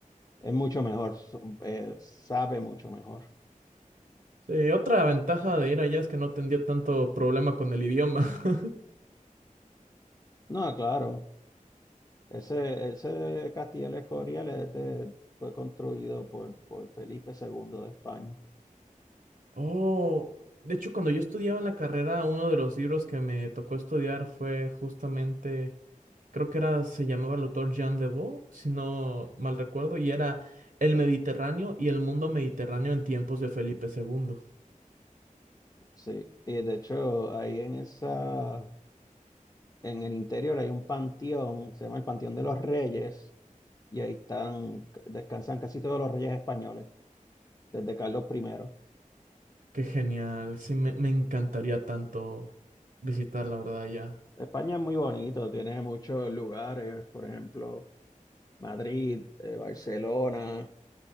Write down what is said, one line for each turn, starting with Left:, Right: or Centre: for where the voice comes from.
Left: es mucho mejor, so- eh, sabe mucho mejor.
Right: Eh, otra ventaja de ir allá es que no tendría tanto problema con el idioma. <laughs>
Left: No, claro, ese, ese castillo del Escorial es de- fue construido por, por Felipe segundo de España.
Right: Oh, de hecho, cuando yo estudiaba en la carrera, uno de los libros que me tocó estudiar fue justamente, creo que era, se llamaba el autor Jean Devaux, si no mal recuerdo, y era El Mediterráneo y el mundo mediterráneo en tiempos de Felipe II.
Left: Sí, y de hecho, ahí en esa En el interior hay un panteón, se llama el Panteón de los Reyes, y ahí están, descansan casi todos los reyes españoles, desde Carlos primero
Right: Qué genial. Sí, me, me encantaría tanto visitar, la verdad, ya.
Left: España es muy bonito, tiene muchos lugares, por ejemplo, Madrid, eh, Barcelona,